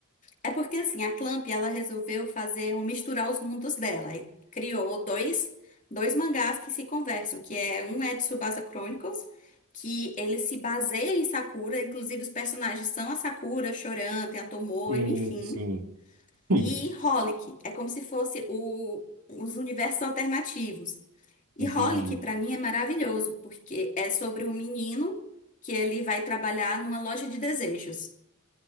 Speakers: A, on the left; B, on the right.
A: É porque assim, a Clamp ela resolveu fazer um misturar os mundos dela e criou dois, dois mangás que se conversam, que é um é de Tsubasa Chronicles, que ele se baseia em Sakura, inclusive os personagens são a Sakura, Choran, tem a Tomoe,
B: Sim,
A: enfim,
B: sim. <laughs> Hum,
A: e Holic, é como se fosse o, os universos alternativos. E
B: Entendi.
A: Holic pra mim é maravilhoso, porque é sobre um menino que ele vai trabalhar numa loja de desejos.